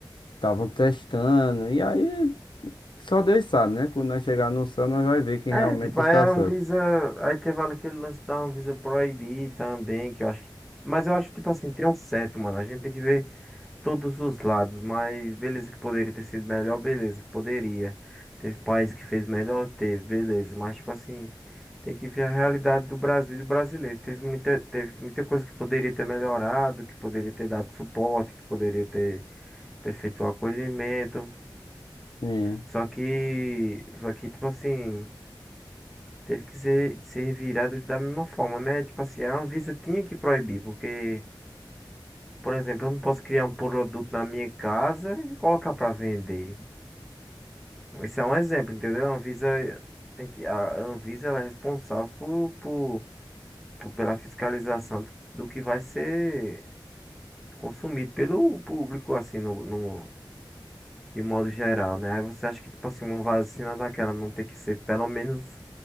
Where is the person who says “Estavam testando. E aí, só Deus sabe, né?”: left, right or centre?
Left